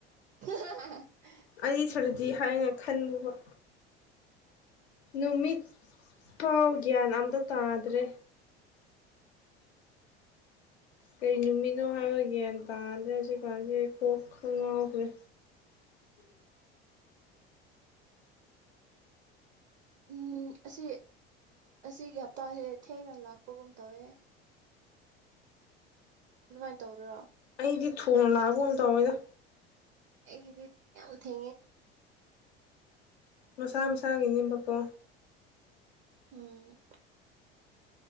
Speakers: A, on the right; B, on the left.
A: ꯑ
B: ꯑꯅꯤ ꯁꯨꯔꯗꯤ ꯍꯥꯏꯅ ꯈꯟꯂꯨꯕ ꯅꯨꯃꯤꯠ ꯄꯥꯎ ꯒ꯭ꯌꯥꯟ ꯑꯝꯇ ꯇꯥꯗ꯭ꯔꯦ ꯀꯩ ꯅꯨꯃꯤꯠꯅꯣ ꯍꯥꯏꯕ ꯒ꯭ꯌꯥꯟ ꯇꯥꯗ꯭ꯔꯦ ꯍꯧꯖꯤꯛ ꯀꯥꯟꯁꯦ ꯀꯣꯛ ꯈ ꯉꯥꯎꯈ꯭ꯔꯦ
A: ꯎꯝ ꯑꯁꯤ ꯑꯁꯤꯒꯤ ꯍꯞꯇꯥꯁꯦ ꯊꯦꯡꯅ ꯂꯥꯛꯄꯒꯨꯝ ꯇꯧꯋꯦ ꯑꯗꯨꯃꯥꯏꯅ ꯇꯧꯗꯣꯏꯔꯣ
B: ꯗꯤ ꯊꯨꯅ ꯂꯥꯒ ꯍꯗ ꯑꯣꯗ
A: ꯑꯩ ꯔ ꯌꯥꯝꯝ ꯊꯦ
B: ꯃꯁꯥ ꯃꯁꯥꯒꯤꯅꯤꯕꯀꯣ
A: ꯎꯝ